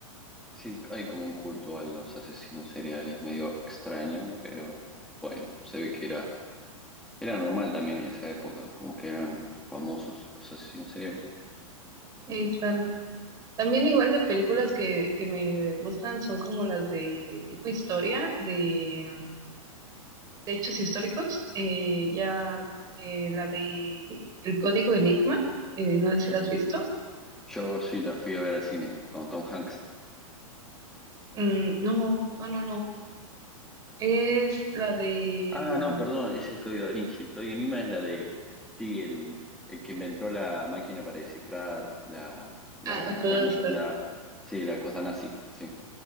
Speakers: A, in the centre; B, on the right (about 20°).
A: Sí, hay como un culto a los asesinos seriales, medio extraño, pero bueno, se ve que era, era normal también en esa época, como que eran famosos los asesinos seriales.
B: Sí, claro. También igual de películas que, que me gustan son como las de tipo historia, de, de hechos históricos. Eh, ya eh, la de El Código Enigma, eh, no sé si la has visto.
A: Yo sí la fui a ver al cine con Tom Hanks.
B: Mm, no, no, no, no. Es la de...
A: Ah, no,
B: mm,
A: perdón, ese es Código Da Vinci. El Código Enigma es la de, sí, el, el que inventó la máquina para descifrar la, la,
B: Ah, <laughs>
A: la, computa-
B: justo,
A: la- sí, la cosa nazi, sí,